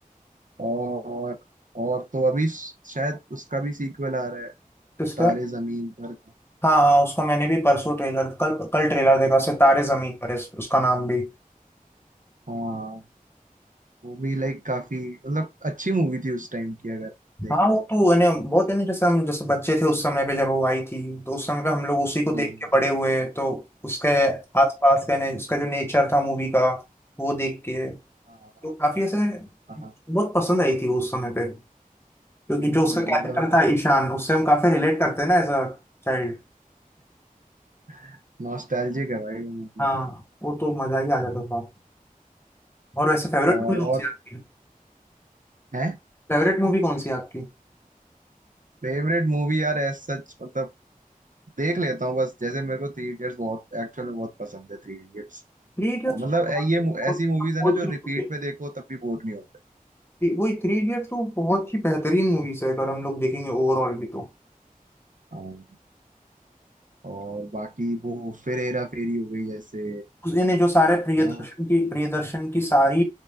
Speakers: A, on the right (about 60°); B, on the left (about 15°).
A: और और तो अभी शायद उसका भी सीक्वल आ रहा है
B: किसका
A: तारे जमीन पर का।
B: हाँ हाँ उसका मैंने भी परसों ट्रेलर कल कल ट्रेलर देखा सितारे जमीन पर है उसका नाम भी
A: हाँ वो भी लाइक काफी मतलब अच्छी मूवी थी उस टाइम की अगर देखे
B: हाँ वो
A: तो
B: तो इन्हें बहुत इन्हें जैसे हम जैसे बच्चे थे उस समय पे जब वो आई थी तो उस समय पे हम लोग उसी को देख
A: वही
B: के बड़े हुए तो उसके आसपास का ने- उसका जो नेचर था मूवी का वो देख के
A: हाँ
B: तो काफी ऐसे
A: हाँ
B: बहुत पसंद आई थी वो उस समय पे क्योंकि जो उसका
A: वही
B: कैरेक्टर
A: मतलब नॉस्ट
B: था ईशान उससे हम काफी रिलेट करते हैं ना एज अ चाइल्ड
A: <laughs> नॉस्टैल्जिक है भाई वो मूवी
B: हाँ वो तो मजा ही आ जाता था और वैसे फेवरेट
A: और
B: मूवी कौन
A: और
B: सी है आपकी
A: है
B: फेवरेट मूवी कौन सी है आपकी
A: फेवरेट मूवी यार एज सच मतलब देख लेता हूँ बस जैसे मेरे को थ्री इडियट्स बहुत एक्चुअल में बहुत पसंद है थ्री इडियट्स
B: थ्री इडियट्स
A: मतलब
B: तो वाकई
A: ऐ- ये
B: बहुत
A: मु- ऐसी मूवीज
B: बहुत
A: है ना जो
B: ही movie
A: रिपीट पे देखो तब भी बोर नहीं होते
B: है। वही थ्री इडियट्स तो बहुत ही बेहतरीन मूवीज है अगर हम लोग देखेंगे ओवरऑल भी तो
A: हाँ। और बाकी वो फिर हेरा फेरी हो गई जैसे
B: उसने जो सारे प्रियदर्शन
A: हाँ
B: की प्रियदर्शन की सारी